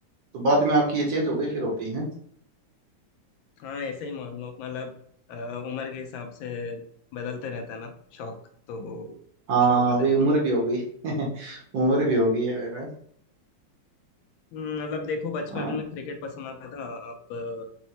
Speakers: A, on the right; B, on the left.
A: तो बाद में आपकी ये चेंज हो गई फिर हॉबी है
B: हाँ ऐसे ही मान लो मतलब अ, उम्र के हिसाब से बदलते रहता है ना शौक तो
A: हाँ
B: शौक बदल
A: अभी
B: गई
A: उम्र
B: है
A: भी हो गई <laughs> उम्र भी हो गई है मेरा
B: हम्म, मतलब देखो बचपन
A: हाँ
B: में क्रिकेट पसंद आता था अब अ,